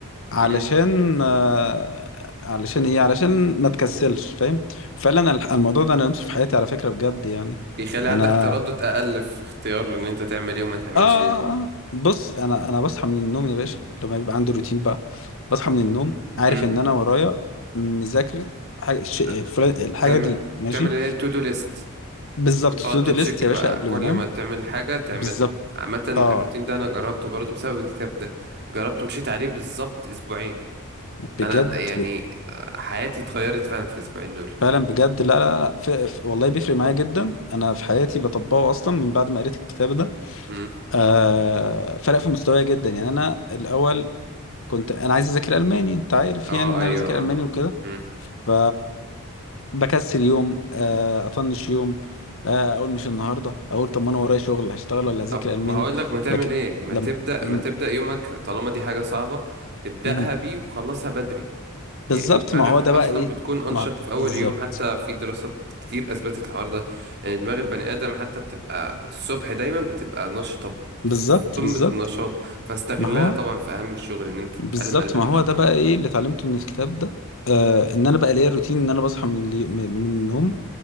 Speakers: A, on the left; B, on the right.
A: علشان
B: مم.
A: آه، علشان ايه علشان ما تكسلش فاهم فعلا الح- الموضوع ده انا لمسه في حياتي على فكرة بجد يعني
B: بيخلي
A: انا
B: عندك تردد اقل في اختيار ان انت تعمل ايه وما تعملش
A: اه آه،
B: ايه
A: آه. آه، بص انا انا بصحى من النوم يا باشا لما يبقى عندي روتين بقى بصحى من النوم عارف
B: مم.
A: ان انا ورايا مذاكرة حاجة الش-
B: لا،
A: فلان- الحاجة
B: بتعمل
A: دي ماشي
B: بتعمل اللي هي تو دو ليست
A: بالظبط
B: وتقعد
A: تو
B: تتشيك
A: دو ليست يا
B: بقى
A: باشا قبل
B: كل
A: ما انام
B: ما تعمل حاجة تعمل
A: بالظبط
B: عامة الروتين
A: اه
B: ده انا جربته برضو بسبب الكتاب ده جربته مشيت عليه بالظبط اسبوعين
A: بجد
B: انا يعني آه، حياتي اتغيرت فعلا في الاسبوعين دول
A: فعلا بجد لا لا لا ف... ف... والله بيفرق معايا جدا انا في حياتي بطبقه اصلا من بعد ما قريت الكتاب ده
B: امم
A: آه... فرق في مستواي جدا يعني انا الاول كنت انا عايز اذاكر الماني انت عارف
B: اه
A: يعني ان
B: ايوه
A: انا بذاكر
B: اه
A: الماني وكده
B: امم
A: ف بكسل يوم آه... اطنش يوم آه... اقول مش النهارده اقول طب ما انا ورايا شغل هشتغل ولا هذاكر
B: طب
A: الماني
B: ما هقول لك ما تعمل
A: لكن
B: ايه ما
A: لم
B: تبدا
A: م-
B: ما تبدا يومك طالما دي حاجه صعبه ابداها
A: م-
B: بيه وخلصها بدري يعني
A: بالظبط
B: دماغك
A: ما هو ده
B: اصلا
A: بقى ايه
B: بتكون انشط
A: ما
B: في اول
A: بالظبط
B: يوم حتى في دراسات كتير اثبتت الحوار ده ان يعني دماغ البني ادم حتى بتبقى الصبح دايما بتبقى نشطه
A: بالظبط
B: في قمه
A: بالظبط
B: النشاط فاستغلها
A: ما هو
B: طبعا في اهم الشغل ان انت تتعلم
A: بالظبط
B: الماني
A: ما هو
B: خليها
A: ده
B: الصبح
A: بقى ايه اللي اتعلمته من الكتاب ده آه ان انا بقى ليا روتين ان انا بصحى من اللي من من النوم